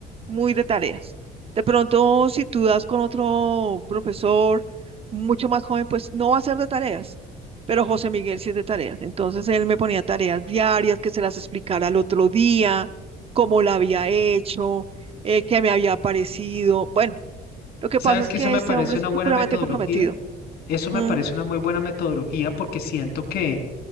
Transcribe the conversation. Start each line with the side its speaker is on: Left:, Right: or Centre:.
Right: muy de tareas. De pronto, si tú das con otro profesor mucho más joven, pues no va a ser de tareas, pero José Miguel sí es de tareas. Entonces él me ponía tareas diarias que se las explicara al otro día, cómo la había hecho, eh, qué me había parecido. Bueno, lo que
Left: ¿Sabes
Right: pasa es
Left: que
Right: que
Left: eso me
Right: este
Left: parece
Right: hombre
Left: una
Right: es
Left: buena
Right: supremamente
Left: metodología?
Right: comprometido.
Left: Eso me
Right: Mm,
Left: parece una muy buena metodología porque siento que